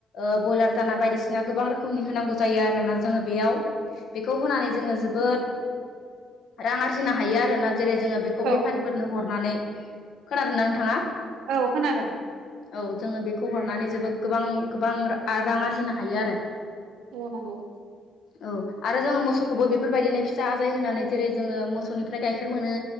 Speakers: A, on the left; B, on the right.
A: ओ बयलार दाना बायदिसिना गोबां रोखोमनि होनांगौ जायो आ आरोना जोङो बेयाव। बेखौ होनानै जोङो जोबोद रां आरजिनो हायो आरोना। जेरै जोङो बेखौ
B: औ
A: बेफारिफोरनो हरनानै खोनादोंना नोंथाङा?
B: औ खोनादों।
A: औ जोङो बेखौ हरनानै जोबोद गोबां गोबां आ रां आरजिनो हायो आरो।
B: बुंनांगौ।
A: औ आरो जोङो मोसौखौबो बेफोरबायदिनो फिसा आजाय होनानै जेरै जोङो मोसौनिफ्राय गायखेर मोनो।